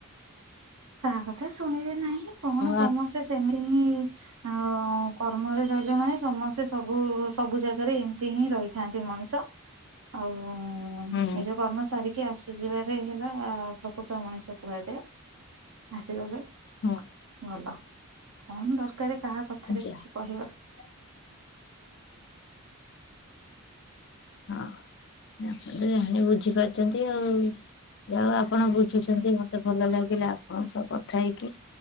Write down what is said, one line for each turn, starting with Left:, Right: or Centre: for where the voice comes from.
Right: କାହା କଥା ଶୁଣିବେ ନାହିଁ କଣ ସମସ୍ତେ
Left: ଆ
Right: ସେମି ଟି ଆଉ କର୍ମରେ ରହିଲମାନେ ସମସ୍ତେ ସବୁ ସବୁ ଜାଗାରେ ଏମିତି ହିଁ ର ରହିଥାନ୍ତି ମଣିଷ ଆଉ ଓ
Left: ହୁଁ
Right: ନିଜ କର୍ମ ସାରିକି ଆସିଯିବାରେ ହେଲା ପ୍ରକୃତ ମଣିଷ କୁହାଯାଏ। ଆସିଗଲେ।
Left: ହଁ।
Right: ଭଲ କଣ ଦରକାର କାହା କଥାରେ
Left: ହୁଁ ଯା
Right: କିଛି କହିବା ଭ
Left: ହଁଅ। ଆପଣ ତ ବୁଝିପାରୁଛନ୍ତି ଆଉ। <unintelligible> ଯାଉ ଆପଣ ବୁଝୁଛନ୍ତି ମତେ ଭଲ ଲାଗିଲା ଆପଣଙ୍କ ସହ କଥା ହେଇକି